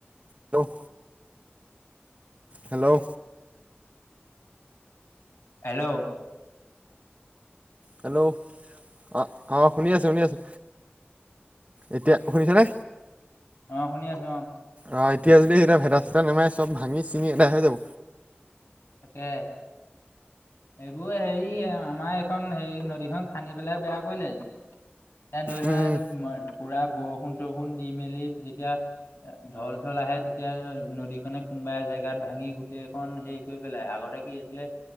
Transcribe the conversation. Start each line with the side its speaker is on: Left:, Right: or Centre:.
Right: Hello hello.
Left: হেল্ল'।
Right: হেল্ল'। অ', অ' শুনি আছো শুনি আছো এতিয়া শুনিছেনে।
Left: অ', শুনি আছো অ'।
Right: অ', এতিয়া যদি সেই তাত ভেটা চেটা নেমাই যদি চব ভাঙি চিঙি এদাই হৈ যাব।
Left: তাকে। এইবোৰ হেৰি আৰু আমাৰ এইখন হেৰি নদীখন খান্দি পেলাই বেয়া কৰিলে। এতিয়া ধৰিলোৱা
Right: উম
Left: তোমাৰ পুৰা বৰষুণ-চৰষুণ দি মেলি যেতিয়া ঢল-চল আহে তেতিয়া নদীখনে কোনোবা জেগাত ভাঙি গোটেইখন শেষ কৰি পেলাই, আগতে কি আছিলে